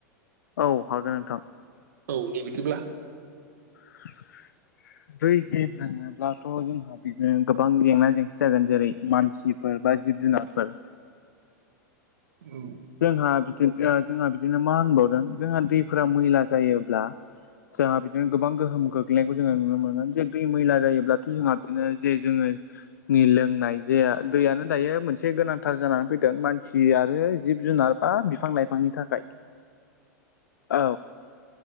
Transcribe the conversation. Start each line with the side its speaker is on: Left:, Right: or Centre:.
Left: औ हागोन नोंथां
Right: औ दे बिदिब्ला
Left: <inaudible> <unintelligible> ब्लाथ' जोंहा बिदिनो गोबां जेंना जेंसि जागोन जेरै मानसि फोर बा जिब जुनारफोर
Right: औ
Left: जोंहा बिदि जोंहा बिदिनो मा होनबावदों जोंहा दैफोरा मैला जायोब्ला। सेहा बि गोबां गोहोम गोग्लैनायखौ जोङो नुनो मोनगोन जे दै मैला जायोब्लाथ' जोंहा बिदिनो जे जोङो। नि लोंनाय जे दैयानो दायो मोनसे गोनांथार जानानै फैदों मानसिय आरो जिब-जुनार बा बिफां-लाइफांनि थाखाय। औ